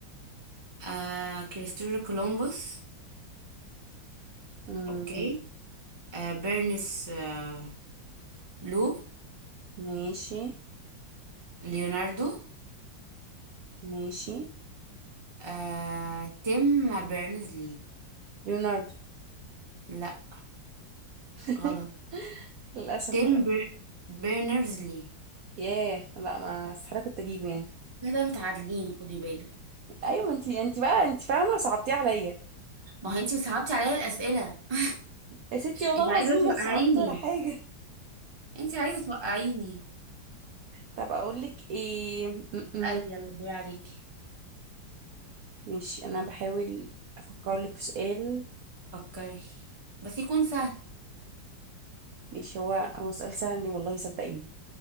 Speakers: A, on the right; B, on the right.
A: آه كريستوفر كولومبوس
B: مم،
A: اوكي آه بيرنس آه لو
B: ماشي
A: ليوناردو
B: ماشي
A: آه تيم بيرنز لي
B: ليوناردو
A: لا
B: <laughs>
A: غلط
B: للأسف
A: تيم بير بيرنرز لي
B: ياه لا ما استحالة كنت أجيبه يعني
A: كده متعادلين خدي بالك
B: أيوة ما انتي انتي بقى انتي فاهمة صعبتيه عليا
A: ما هو انت صعبتي عليا الأسئلة <laughs>
B: يا ستي والله
A: انت عايزة
B: العظيم
A: توقعيني
B: ما صعبت ولا حاجة
A: انت عايزة توقعيني
B: طب اقول لك ايه م-م.
A: قال يلا دور عليكي
B: ماشي انا بحاول افكر لك في سؤال
A: فكري بس يكون سهل
B: ماشي هو هو سؤال سهل والله صدقيني